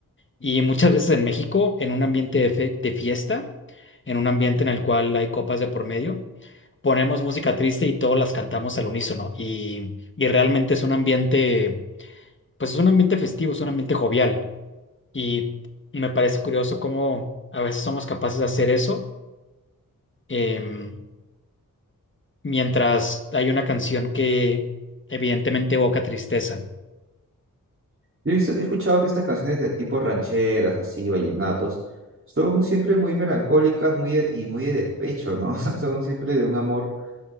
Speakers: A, on the left (about 35°); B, on the right (about 35°).
A: Y muchas veces en México, en un ambiente de, fe- de fiesta, en un ambiente en el cual hay copas de por medio, ponemos música triste y todas las cantamos al unísono. Y, y realmente es un ambiente, pues es un ambiente festivo, es un ambiente jovial. Y me parece curioso cómo a veces somos capaces de hacer eso, em, mientras hay una canción que evidentemente evoca tristeza.
B: Yo he visto- he escuchado que estas canciones de tipo rancheras, así, vallenatos, son siempre muy melancólicas muy de- y muy de despecho, ¿no? <laughs> O sea, Son siempre de un amor